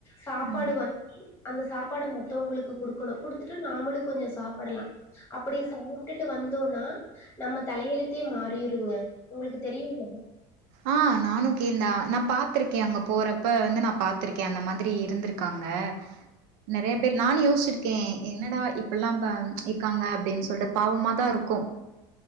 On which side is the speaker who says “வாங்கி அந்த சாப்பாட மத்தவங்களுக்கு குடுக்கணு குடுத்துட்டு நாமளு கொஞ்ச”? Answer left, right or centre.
Left